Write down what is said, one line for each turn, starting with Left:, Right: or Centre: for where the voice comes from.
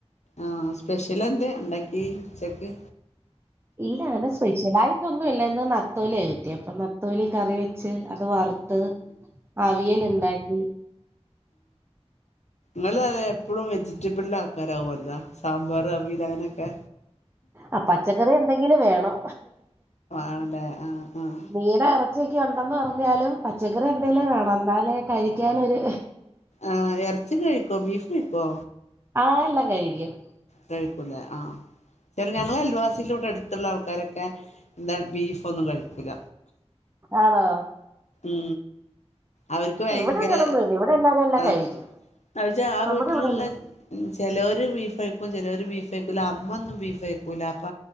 Left: ആഹ സ്പെഷ്യൽ എന്ത് ഉണ്ടാക്കി ചെക്ക്
Right: ഇല്ല അങ്ങനെ സ്പെഷ്യല ആായിട്ടൊന്നും ഇല്ല ഇന്ന് നത്തോലിയ കിട്ടി അപ്പൊ നത്തോലി കറി വെച്ച് അത് വറുത്ത് അവിയൽ ഉണ്ടാക്കി
Left: നിങ്ങ അ എപ്പോഴും വെച്ചി കുറ്റി പിള്ള ആക്കാരാവല്ലാ സാമ്പാർ അവൽ അങ്ങനെയൊക്കെ
Right: ആ പച്ചക്കറി എന്തെങ്കിലും വേണോ
Left: ആണല്ലേ ആഹ് ആഹ്
Right: മീനറ പച്ചക്ക ഉണ്ടെന്ന് പറഞ്ഞാലും പച്ചക്കറി എന്തെേങ്കിലും വേണം എന്നാലൽ കഴിക്കൻൊരു
Left: ആ ഇറച്ചി കഴിക്കോ ബീഫ് കഴിക്കോ
Right: ആഹ എല്ലാം കഴിക്കും
Left: കഴിക്കൂല ആഹ ശരി ഞങ്ങളെ അൽവാസിയില കൂടെ എടുത്തുള്ള ആൾക്കാരൊക്കെ എന്താ ബീഫ ഒന്നും കഴിക്കൂല
Right: ആണോ
Left: ഉ അവർക്ക് ഭയങ്കര
Right: ഇവിടെ അങ്ങനൊന്നുല്ല ഇവിടെ എല്ലാരും എല്ലാം
Left: ആഹച്ച
Right: കഴിക്കും
Left: ആ
Right: നമ്മുടെ
Left: വീട്ടിലുള്ള
Right: ഇവിടെന്നും
Left: ചില ഒരു ബീഫ് കഴിക്കും ചില ഒരു ബീഫ് ബീഫ് കക്കൂല അമ്മ ഒന്നും ബീഫ് കഴക്കൂല അപ്പ